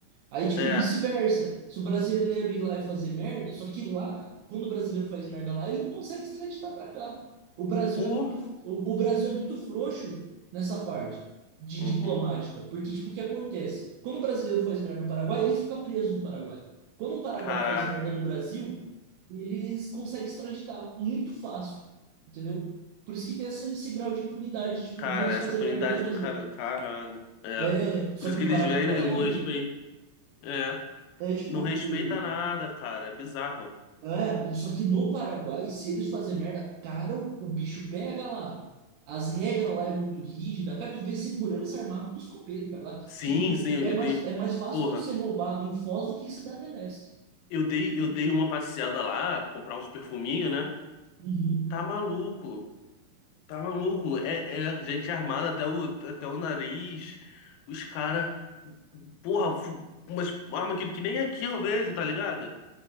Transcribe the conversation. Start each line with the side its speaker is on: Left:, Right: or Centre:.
Right: Aí, tipo,
Left: É,
Right: vice-versa. Se o brasileiro ir lá e fazer merda, só que lá, quando o brasileiro faz merda lá, ele não consegue extraditar para cá. O Brasil
Left: porra.
Right: é muito, o, o Brasil é muito frouxo nessa parte de
Left: Uhum.
Right: diplomática, porque, tipo, o que acontece? Quando o brasileiro faz merda no Paraguai, ele fica preso no Paraguai. Quando o Paraguai
Left: Caralho.
Right: faz merda no Brasil, eles conseguem extraditar muito fácil, entendeu? Por isso que tem essa- esse grau de impunidade, tipo,
Left: Cara,
Right: deles
Left: essa
Right: fazer
Left: punidade
Right: merda no Brasil.
Left: do cara. Caralho. É.
Right: É, só
Left: Por isso
Right: que
Left: que
Right: o
Left: eles
Right: Paraguai
Left: vêm, né? Não respeita. É.
Right: é tipo,
Left: Não respeita
Right: o,
Left: nada, cara. É bizarro.
Right: É, só que no Paraguai, se eles fazerem merda, cara, o, o bicho pega lá. As regras
Left: Uhum.
Right: lá é muito rígida. Cara, tu vê segurança armado com escopeta, cara. Lá,
Left: Sim,
Right: tipo, tu,
Left: sim, eu
Right: é mais,
Left: dei.
Right: é mais fácil
Left: Porra,
Right: tu ser roubado em Foz do que em Cidade Leste.
Left: eu dei, eu dei uma passeada lá, comprar uns perfuminhos, né?
Right: Uhum.
Left: Tá maluco. Tá maluco? É, é gente armada até o, até o nariz. Os caras. Porra, fu- umas arma que, que nem aqui eu vejo, tá ligado?